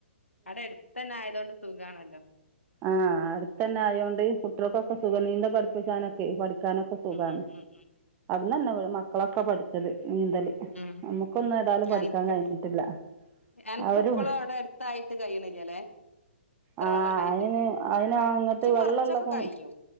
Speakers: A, on the left; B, on the right.
A: അവിടെ അടുത്തന്നെ ആയത കൊണ്ട് സുഖമാണല്ലോ
B: ആഹ് അടുത്ത തന്നെ ആയതോണ്ട് കുട്ടികൾക്കൊക്കെ സുഖ നീന്ത പടു ാനൊക്കെ പഠിക്കാനൊക്കെ സുഖമാണ്
A: ഉം ഉം ഉം
B: അത്ന്ന്ന്നെ മക്കളൊക്കെ പഠിച്ചത് നീന്തല്
A: ഉ
B: നമുക്കൊന്നും ഏതായാലും പഠിക്കാൻ
A: എനക്ക്
B: കഴിഞ്ഞിട്ടില്ല
A: എനക്ക്
B: അവര്
A: ഇപ്പളും അവിടെ അടുത്തായി കല്ലേ എത്ര
B: ആ
A: വെള്ളംണ്ട
B: അയിന് അയിന് അങ്ങട്ട്
A: പ
B: വെള്ളള്ള
A: വറച്ചൊക്കെ
B: കു
A: കഴിയും